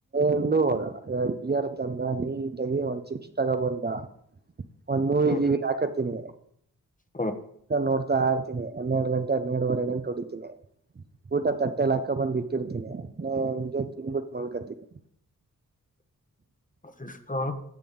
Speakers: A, on the right; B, on the left.
A: ಎಲ್ಲು ಹೋಗಲ್ಲ ಬಿಯರ್ ತಂದ ನೀಟಾಗಿ ಒಂದ್ ಚಿಪ್ಸ್ ತಗಬಂದ. ಒಂದ್ ಮೂವಿಗಿವಿ
B: ಹ್ಮ್
A: ಹಾಕತ್ತಿನಿ.
B: ಹ್ಮ್
A: ನೋಡ್ತಾ ಇರ್ತೀನಿ ಹನ್ನೆರ್ಡ್ ಗಂಟೆ ಹನ್ನೆರ್ಡುವರೆ ಗಂಟ್ ಹೊಡಿತೀನಿ. ಊಟ ತಟ್ಟೆಲ್ ಹಾಕ ಬಂದ್ ಬಿಟ್ಟಿರ್ತೀನಿ ನೇಮ್ದಿಯಗ್ ತಿನ್ಬಿಟ್ ಮಲ್ಕತಿನಿ.
B: ಇಷ್ಕ